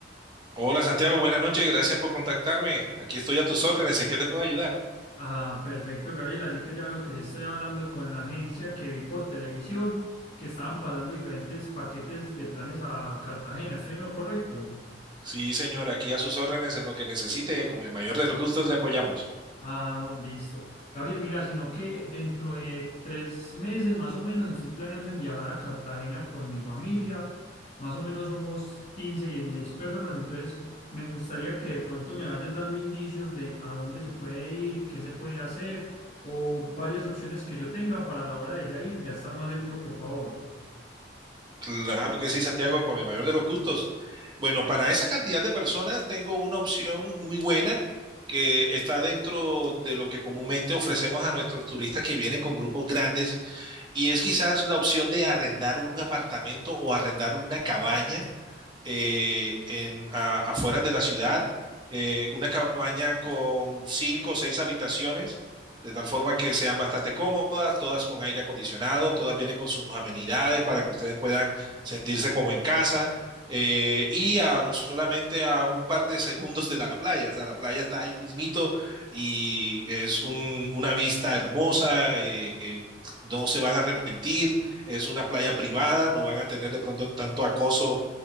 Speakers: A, on the right; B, on the left.
A: Hola Santiago, buenas noches, gracias por contactarme. Aquí estoy a tus órdenes, ¿en qué te puedo ayudar?
B: Ah, perfecto, Gabriel, así que ya veo que ya estoy hablando con la agencia que vi por televisión que estaban pasando diferentes paquetes de planes a Cartagena, ¿estoy en lo correcto?
A: Sí, señor, aquí a sus órdenes en lo que necesite, con el mayor de los gustos le apoyamos.
B: Ah, listo. Gabriel, mira, sino que dentro de tres meses más o menos estoy planeando en viajar a Cartagena con mi familia. Más o menos somos 15, 16 personas, entonces me gustaría que de pronto me vayas dando indicios de a dónde se puede ir, qué se puede hacer o varias opciones que yo tenga para la hora de ya ir, ya estar más seguro, por favor.
A: Claro que sí, Santiago, con el mayor de los gustos. Bueno, para esa cantidad de personas tengo una opción muy buena que está dentro de lo que comúnmente ofrecemos a nuestros turistas que vienen con grupos grandes y es quizás la opción de arrendar un apartamento o arrendar una cabaña eh, en, a- afuera de la ciudad, eh, una cabaña con cinco o seis habitaciones, de tal forma que sean bastante cómodas, todas con aire acondicionado, todas vienen con sus amenidades para que ustedes puedan sentirse como en casa. eh, y a- solamente a un par de segundos de la playa, o sea, la playa está ahí mismito y es un- una vista hermosa, eh, eh, no se van a arrepentir, es una playa privada, no van a tener de pronto tanto acoso